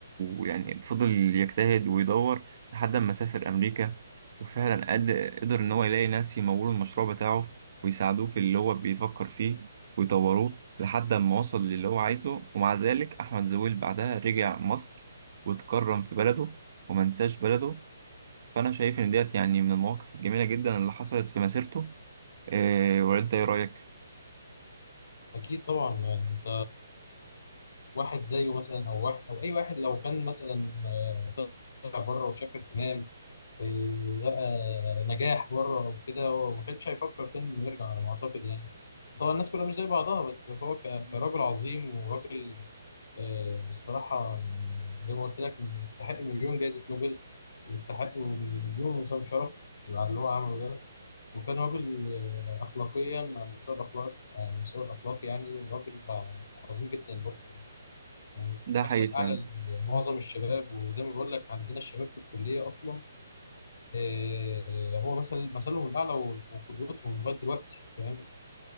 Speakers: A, on the right (about 45°); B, on the left (about 55°).
A: ويعني فضل يجتهد ويدور لحد ما سافر أمريكا وفعلا قد- قدر إن هو يلاقي ناس يمولوا المشروع بتاعه ويساعدوه في اللي هو بيفكر فيه ويطوروه لحد ما وصل للي هو عايزه ومع ذلك أحمد زويل بعدها رجع مصر واتكرم في بلده ومنساش بلده فأنا شايف إن ديت يعني من المواقف الجميلة جدا اللي حصلت في مسيرته إيه ولا أنت إيه رأيك؟
B: اكيد طبعا يعني انت واحد زيه مثلا او واحد او اي واحد لو كان مثلا آه، طلع بره وشاف اهتمام آه، ولقى نجاح بره او كده هو ما كانش هيفكر تاني انه يرجع على ما اعتقد يعني طبعا الناس كلها مش زي بعضها بس هو ك- كراجل عظيم وراجل آه، بصراحه زي ما قلت لك يستحق مليون جائزه نوبل ويستحق مليون وسام شرف على اللي هو عمله ده وكان راجل آه، أخلاقيا على مستوى الأخلاق على مستوى الأخلاق يعني راجل آه، عظيم جدا برضه يعني. ومثل
A: ده حقيقي
B: أعلى
A: يعني
B: لمعظم الشباب وزي ما بقول لك عندنا الشباب في الكلية أصلا آه، هو مثل مثلهم الأعلى وقدوتهم لغاية دلوقتي فاهم